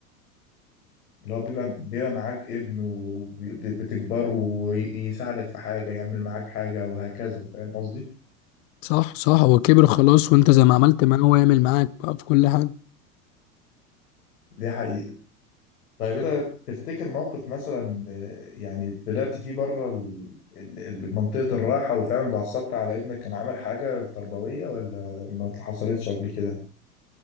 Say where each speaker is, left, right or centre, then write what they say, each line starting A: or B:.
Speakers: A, on the left; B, on the left.
A: اللي هو بيبقى بيبقى معاك ابن وبتكبره ويساعدك في حاجه يعمل معاك حاجه وهكذا فاهم قصدي؟
B: صح صح هو كبر خلاص وانت زي ما عملت معاه هو يعمل معاك بقى في كل حاجه
A: دي حقيقة طيب انت تفتكر موقف مثلا آه، يعني طلعت فيه بره ال- ال- ال- منطقة الراحة وفعلا اتعصبت على ابنك كان عامل حاجة تربوية ولا ما حصلتش قبل كده؟